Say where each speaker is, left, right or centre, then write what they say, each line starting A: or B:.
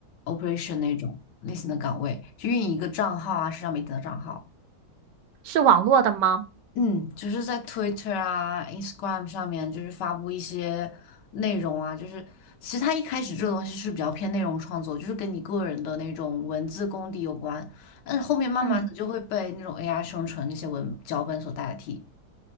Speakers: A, on the left; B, on the right.
A: operation 那种类型的岗位，去运营一个账号啊，社交媒体的账号。
B: 是网络的吗？
A: 嗯，就是在 Twitter 啊、Instagram 上面，就是发布一些内容啊，就是其实它一开始这个东西是比较偏内容创作，就是跟你个人的那种文字功底有关，但是后面慢慢的就会被那种
B: 嗯，
A: AI 生成那些文脚本所代替，